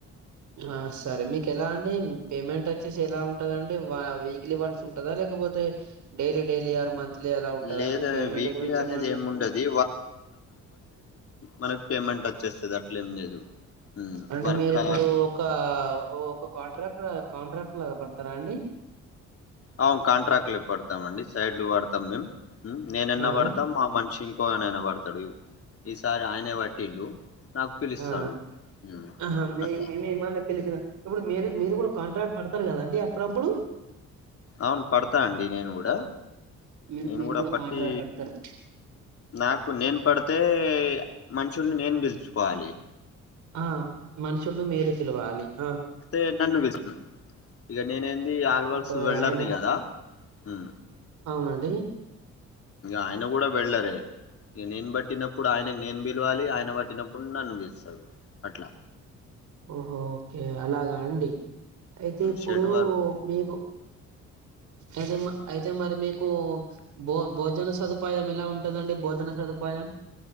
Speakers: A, on the right; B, on the left.
A: ఆ సరే మీకు ఎలా అండి పేమెంట్ వచ్చేసి ఎలా ఉంటుందండి వీక్లీ వన్స్ ఉంట ఉంటా లేకపోతే డైలీ డైలీ ఆర్ మంత్లీ అలా ఉంటందా
B: లేదా
A: అండి పేమెంట్
B: వీక్లీ
A: గురించి
B: అనేది
A: ఏమన్నా
B: ఏముండది మనకి పేమెంట్ వచ్చేస్తది అట్లే ఏం లేదు ఉమ్,
A: అంటే
B: వర్క్
A: మీరిప్పుడు ఒక ఒక కాంట్రాక్టర్ ఆ కాంట్రాక్ట్ లాగా పడతారా అండి.
B: అవును కాంట్రాక్ట్ లు పడతాం అండి సైడ్లు వాడతాం మేము నేన ఎన్న
A: ఆ
B: పడతాం మా మనిషి కోనయన పడతాడు ఈసారి ఆయనే పట్టిండు నాకు పిలుస్తాడు
A: ఆ
B: ఉమ్,
A: ఆహా మే
B: అట్లా
A: మేము తెలిసినా ఇప్పుడు మీరు మీరు కూడా కాంట్రాక్ట్ పడతారు కదా అంటడి అప్పుడప్పుడు
B: అవును పడతా అండి నేను కూడా
A: మీరు
B: నేను
A: మీరు
B: కూడా పట్టి
A: కాంట్రాక్ట్ పడతారు
B: నాకు నేను పడితే మనుషులు నేను పిలుచుకోవాలి
A: ఆ మనుషులు మీరు పిలవాలి ఆ
B: స్తే నన్ను విలుస్తా ఇగ నేనే న్ ఆల్వాల్స్
A: ఒకవేళ
B: వెళ్ళర్ని
A: ఆయన
B: కదా హ
A: అవునండి
B: ఆయన కూడా వెళ్ళరే ఇక నేను బట్టినప్పుడు ఆయనకు నేను పిలవాలి ఆయన పట్టినప్పుడు నన్ను పిలుస్తదు అట్లా
A: ఓహో ఓకే అలాగా అండి అయితే ఇప్పుడు
B: షెడ్ వర్క్
A: మీకు అయితే మా అయితే మరి మీకు భో భోజన సదుపాయం ఎలా ఉంటుందండి భోజన సదుపాయం